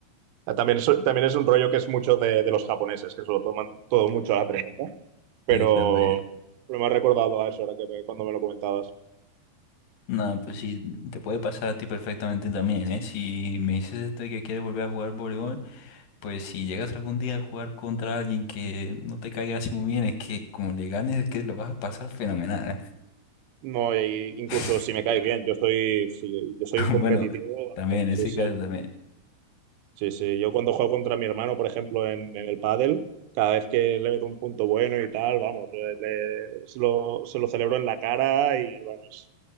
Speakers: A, on the right (about 80°); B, on the left (about 60°).
A: También es, también es un rollo que es mucho de, de los japoneses, que se lo toman todo mucho a la tremenda. Pero,
B: Sí, también.
A: pero me has recordado a eso ahora que me- cuando me lo comentabas.
B: No, pues sí, te puede pasar a ti perfectamente también, ¿eh? Si me dices esto de que quieres volver a jugar voleibol, pues si llegas algún día a jugar contra alguien que no te caiga así muy bien, es que como le ganes, es que lo vas a pasar fenomenal. ¿eh?
A: No, y incluso
B: <laughs>
A: si me caes bien, yo estoy, si, yo soy competitivo.
B: Bueno, también,
A: vamos,
B: en
A: Sí,
B: ese
A: sí,
B: caso también.
A: sí, sí. Yo cuando juego contra mi hermano, por ejemplo, en, en el pádel, cada vez que le meto un punto bueno y tal, vamos, eh, le- se lo, se lo celebro en la cara y vamos,